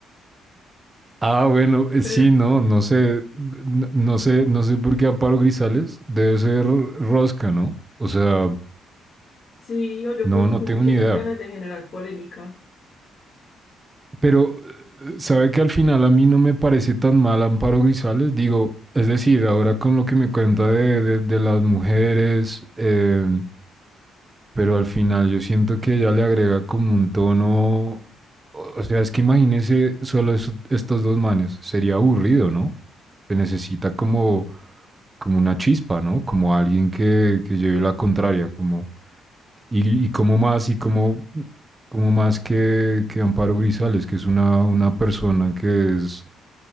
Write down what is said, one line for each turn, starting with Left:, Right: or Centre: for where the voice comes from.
Right: Ah, bueno, eh,
Left: Pero
Right: sí, no, no sé, n- no sé, no sé por qué Amparo Grisales debe ser Rosca, ¿no? O sea,
Left: sí, o yo
Right: no,
Left: creo como
Right: no tengo
Left: que
Right: ni
Left: esas
Right: idea.
Left: ganas de generar polémica.
Right: Pero, eh, ¿sabe que al final a mí no me parece tan mal Amparo Grisales? Digo, es decir, ahora con lo que me cuenta de, de- de las mujeres, eh, pero al final yo siento que ella le agrega como un tono, o o sea, es que imagínese solo eso- estos dos manes, sería aburrido, ¿no? Se necesita como, como una chispa, ¿no? Como alguien que, que lleve la contraria, como, y, y como más, y como, como más que, que Amparo Grisales, que es una, una persona que es